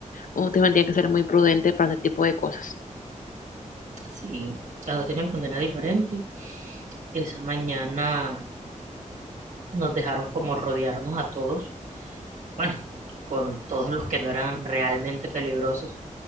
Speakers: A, on the left (about 85°); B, on the right (about 85°).
A: Uno también tiene que ser muy prudente para ese tipo de cosas.
B: Sí, las dos tenían condenas diferentes. Esa mañana nos dejaron como rodearnos a todos, bueno, con todos los que no eran realmente peligrosos